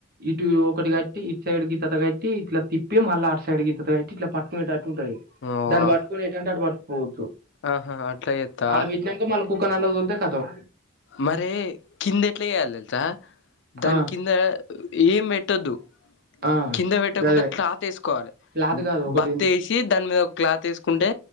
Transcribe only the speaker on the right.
ఇటు ఒకటి కట్టి ఇటు సైడ్ గిత్తత్త కట్టి ఇట్ల తిప్పి మళ్ళ అటు సైడ్ గిత్తత్త పెట్టి ఇట్ల పట్టుకు ఉంటది
దాన్ని పట్టుకొని ఎటంటే అటు పట్టుకోవచ్చు
ఆడ బెట్టినంక మల్ల కుక్కనల్లకు తోలితే కతం
ఆ
ఆ
గదే
క్లాత్ కాదు ఒకటి